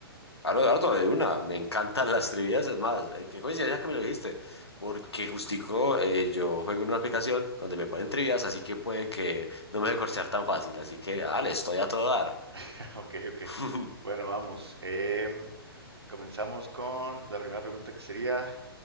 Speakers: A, on the left; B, on the right.
A: Claro, Dardo, de una, me encantan las trivias, es más, eh, qué coincidencia que me lo dijiste, porque justico eh, yo juego en una aplicación donde me ponen trivias, así que puede que no me deje corchear tan fácil, así que, dale, estoy a todo dar.
B: <laughs> Ok, ok.
A: <laughs>
B: Bueno, vamos. Em, comenzamos con la primera pregunta que sería,